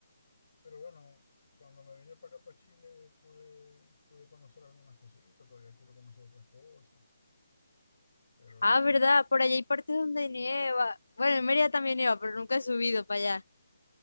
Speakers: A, on the left; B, on the left.
A: Pero bueno, cuando me vine para acá, para Chile, pude, pude conocer algunas cositas, todavía quiero conocer otras cosas, pero
B: Ah, ¿verdad? Por allá hay partes donde nieva. Bueno, en Mérida también nieva, pero nunca he subido para allá.